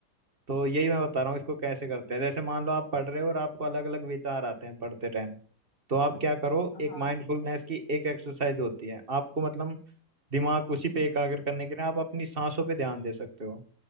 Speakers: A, on the right; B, on the left.
A: तो यही मैं बता रहा हूँ इसको कैसे करते हैं जैसे मान लो आप पढ़ रहे हो और आपको अलग अलग विचार आते हैं पढ़ते टाइम तो आप क्या करो
B: हाँ
A: एक माइंडफुलनेस
B: ठीक है
A: की एक एक्सरसाइज होती है आपको मतलब दिमाग उसी पे एकाग्र करने के लिए आप अपनी सांसों पे ध्यान दे सकते हो